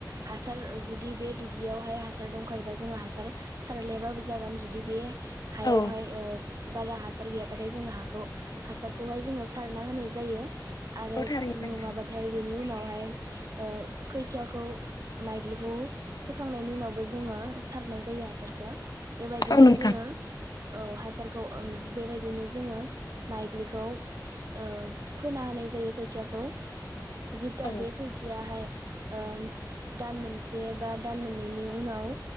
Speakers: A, on the right; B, on the left.
A: हासार जुदि बे दुब्लियावहाय हा सार दंखायोबा जोङो हासार सारलायाबाबो जागोन जुदि बे हायावहाय
B: औ
A: बारा हासार गैयाबाथाय जोंङो हा सारखौहाय जोङो सारना होनाय जायो। आरो
B: औ थारैनो नोंथां
A: नङाबाथाय बेनि उनावहाय ओ खैथियाखौ माइग्लिखौ फोखांनायनि उनावबो जोङो सारनाय जायो हासारखौ। बेबायदिनो
B: औ नोंथां
A: जोङो औ हासारखौ बेबायदिनो जोङो माइग्लिखौ ओ फोना होनाय जायो खोथियाखौ। जिथा
B: औ
A: बे खैथियाहाय ओम दान मोनसे बा दान मोननैनि उनाव